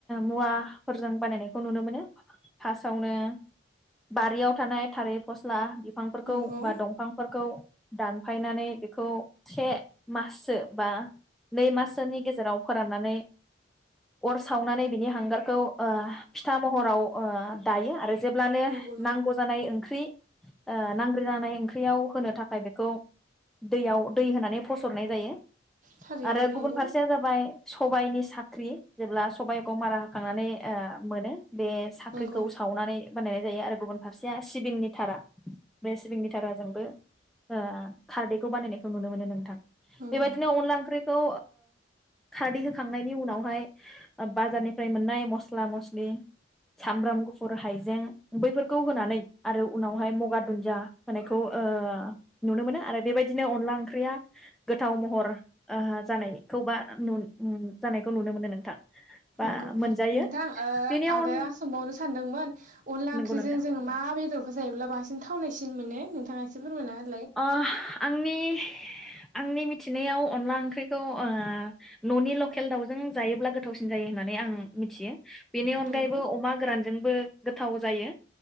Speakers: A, in the centre; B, on the right (about 45°).
A: मुवाफोरजों बानायनायखौ नुनो मोनो फास्टावनो बारियाव थानाय थालिर फस्ला बिफांफोरखौ
B: नंगौ
A: बा दंफांफोरखौ दानफायनानै बेखौ से माससो बा नै माससोनि गेजेराव फोराननानै अर सावनानै बिनि हांगारखौ ओ फिथा महराव ओ दायो आरो जेब्लानो
B: नंगौ नंगौ
A: नांगौ जानाय ख्रि ओ नांग्रो जानाय ओंख्रियाव होनो थाखाय बेखौ दैयाव दै होनानै फसरनाय जायो
B: थारैनो
A: आरो गुबुन
B: नंगौ
A: फारसेया जाबाय सबाइनि साख्रि जेब्ला सबायखौ मारा होखांनानै ओ मोनो बे साख्रिखौ
B: नंगौ
A: सावनानै बानायनाय जायो आरो गुबुन फारसेया सिबिंनि थारा बे सिबिंनि थाराजोंबो ओ खारदैखौ बानायनायखौ नुनो मोनो नोंथां
B: नंगौ
A: बेबायदिनो अनला ओंख्रि खौ ओ खारदै होखांनायनि उनावहाय बाजारनिफ्राय मोननाय मस्ला मस्लि सामब्राम गुफुर हाइजें बैफोरखौ होनानै आरो उनावहाय मगाद दुन्जिया होनायखौ ओ नुनो मोनो आरो बेबायदिनो अनला ओंख्रिया गोथाव महर ओ जानायखौ बा जानायखौ नुनो मोनो नोंथां बा
B: नंगौ
A: मोनजायो
B: नोंथां ओ
A: बेनि
B: आरो
A: अन
B: आं सोंबावनो सानदोंमोन अनला
A: नंगौ
B: ओंख्रिजों
A: नोंथां
B: जों मा बेदरखौ जायोब्ला बांसिन थावनायसि दिनमाने नोंथाङा एसे फोरमाय ह
A: अ आंनि आंनि मिथिनायाव अनला ओंख्रिखौ ओ ननि लकेल दाउजों जायोब्ला गोथावसिन जायो होननानै आं मिथियो बेनि अनगायैबो
B: नंगौ
A: अमा गोरानजोंबो गोथाव जायो